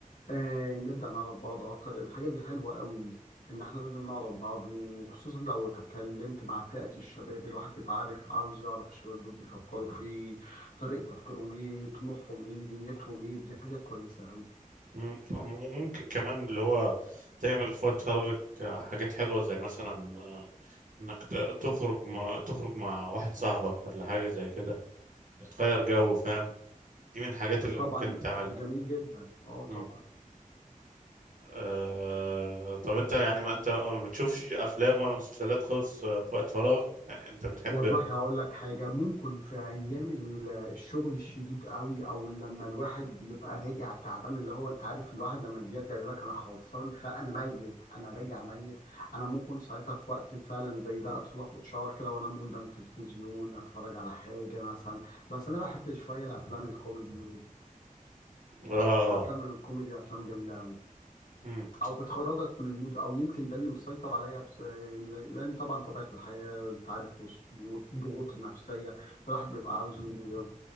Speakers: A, on the left; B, on the right.
A: آه، نبدأ نعرف بعض أكتر الحاجة دي حلوة قوي إن إحنا لازم نعرف بعض وخصوصا لو اتكلمت مع فئة الشباب الواحد بيبقى عارف عاوز يعرف الشباب دول بيفكروا في إيه طريقة تفكيرهم إيه طموحهم إيه دنيتهم إيه دي حاجة كويسة
B: مم. ممكن كمان اللي هو تعمل في وقت فراغك حاجات حلوة زي مثلا انك ت- تخرج مع تخرج مع واحد صاحبك ولا حاجة زي كده تغير جو فاهم دي من الحاجات اللي
A: طبعا
B: ممكن تعملها
A: جميل جدا اه
B: مم.
A: طبعا
B: أه... طب انت يعني ما انت ما بتشوفش افلام ولا مسلسلات خالص آه، في وقت فراغ يعني انت بتحب
A: والله
B: اه
A: هقول لك حاجة ممكن في أيام ال- الشغل الشديد قوي أو لما الواحد بيبقى راجع تعبان اللي هو أنت عارف الواحد لما بيرجع يقول لك أنا خلصان فأنا ميت أنا راجع ميت أنا ممكن ساعتها في وقت فعلا زي ده أدخل أخد شاور كده وأنام قدام تلفزيون أتفرج على حاجة مثلا بس أنا بحب شوية الأفلام الكوميدي
B: آه.
A: الأفلام الكوميدي أفلام جميلة قوي
B: آه.
A: او بتخرجك من المود او يمكن ده اللي مسيطر عليا بس لان طبعا طبيعه الحياه انت عارف والص- والضغوط النفسيه الواحد بيبقى عاوز ي-